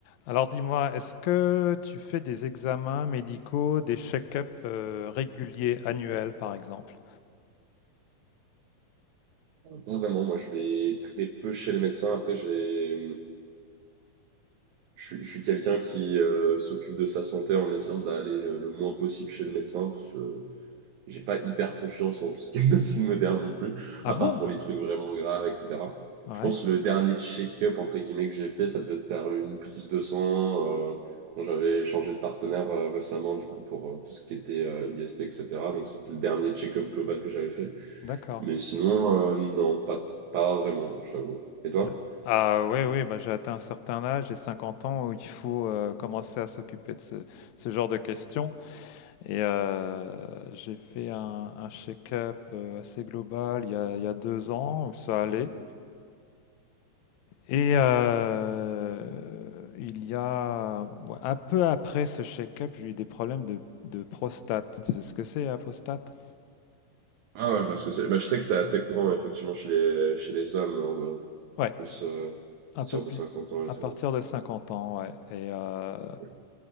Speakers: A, on the left; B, on the right.
A: Alors dis-moi, est-ce que tu fais des examens médicaux, des check-ups euh, réguliers, annuels par exemple?
B: Pas vraiment, moi je vais très peu chez le médecin. Après, j'ai, je, suis je suis quelqu'un qui euh, s'occupe de sa santé en essayant d'aller le, le moins possible chez le médecin parce que j'ai pas hyper confiance en tout ce qui est <laughs> médecine moderne non plus,
A: Ah
B: à
A: bon?
B: part pour les trucs vraiment graves, etc.
A: Ouais,
B: Je pense que le dernier check-up entre guillemets que j'ai fait, ça devait être faire une prise de sang euh, quand j'avais changé de partenaire euh, récemment du coup pour euh, tout ce qui était euh, IST, etc. Donc c'était le dernier check-up global que j'avais fait.
A: d'accord.
B: Mais sinon, euh, non, pas, pas vraiment, je t'avoue. Et toi?
A: D'a- Ah ouais, oui, bah, j'ai atteint un certain âge, j'ai 50 ans, où il faut euh, commencer à s'occuper de ce, ce genre de questions. Et euh, j'ai fait un, un check-up euh, assez global il y a, il y a deux ans, où ça allait. Et euh, il y a ouais, un peu après ce check-up, j'ai eu des problèmes de, de prostate. Tu sais ce que c'est la prostate?
B: Ah ouais, je vois ce que c'est. Bah, je sais que c'est assez courant, effectivement, chez les, chez les hommes, hein, de-
A: Ouais,
B: plus euh, à
A: un
B: partir
A: peu plus
B: de 50 ans
A: à
B: et tout.
A: partir de 50 ans, ouais. Et euh,
B: Ouais.